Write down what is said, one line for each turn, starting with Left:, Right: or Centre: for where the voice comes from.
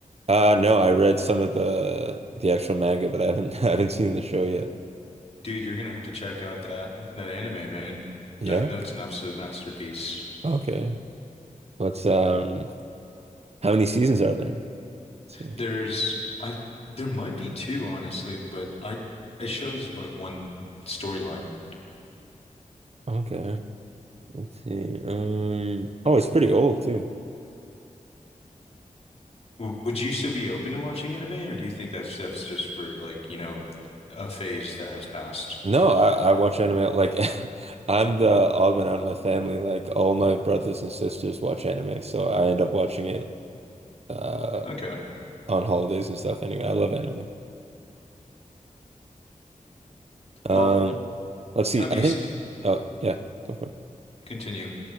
Right: Uh, no, I read some of the the actual manga, but I haven't <laughs> I haven't seen the show yet.
Left: Dude, you're gonna have to check out that that anime, man.
Right: Yeah?
Left: Death Note's an absolute masterpiece.
Right: Okay. What's um how many seasons are there? Let's see.
Left: There's I there might be two, honestly, but I it shows like one storyline.
Right: Okay. Let's see. Um, oh, it's pretty old too.
Left: W- Would you still be open to watching anime, or do you think that stuff's just for like, you know, a phase that has passed?
Right: No, I, I watch anime like <laughs> I'm the odd one out in my family. Like all my brothers and sisters watch anime, so I end up watching it uh
Left: Okay.
Right: on holidays and stuff anyway. I love anime. Um,
Left: Well,
Right: let's see.
Left: have
Right: I
Left: you
Right: think
Left: seen,
Right: oh yeah, go for it.
Left: continue.